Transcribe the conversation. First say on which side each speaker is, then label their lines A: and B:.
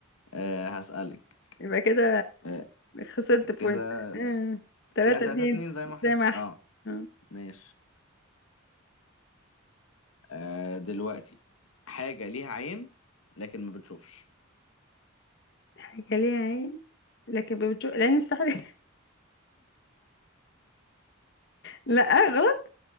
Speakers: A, on the left; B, on the left.
A: أه هسألك
B: <laughs> يبقى كده
A: أه
B: خسرت بوينت
A: كده
B: آه، تلاتة
A: كده تلاتة
B: اتنين
A: اتنين زي ما احنا
B: زي ما احنا
A: اه
B: آه.
A: ماشي أه دلوقتي حاجة ليها عين لكن ما بتشوفش
B: حاجة ليها عين لكن بتشوف العين السحرية لا غلط